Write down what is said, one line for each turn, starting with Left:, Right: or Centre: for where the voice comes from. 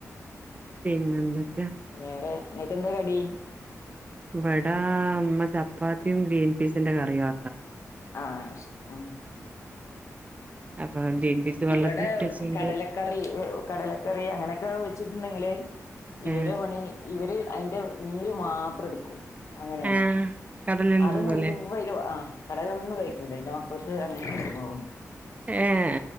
Right: പിന്നെന്തൊക്ക്യാ?
Left: വേറെ ഇങ്ങക്കെന്താ കടി?
Right: ഇവടാ ഉമ്മ ചപ്പാത്തിം ഗ്രീൻ പീസിന്റെ കറിയാ
Left: ആഹ് ശെരി ഉം
Right: അപ്പൊ ഗ്രീൻ പീസ് വെള്ളത്തിലിട്ടച്ചണ്ട്
Left: ഇവടെ കടലക്കറി കടലക്കറി അങ്ങനൊക്കെ വെച്ചി ഇന്നെങ്ങ് ല് ഇവരെ
Right: ഏഹ്
Left: പണി ഇവര് അയ്ൻ്റെ നീര് മാത്രട്ക്കും. അങ്ങനെണ്
Right: ഏഹ് കടലൊന്നും
Left: അത്
Right: തിന്നൂലേ
Left: മുയ്വ്വയ്ല ആഹ് കടൽന്നും കഴിക്കൂല എന്റെ മക്കൾക്ക് അങ്ങ <inaudible>
Right: ഏഹ്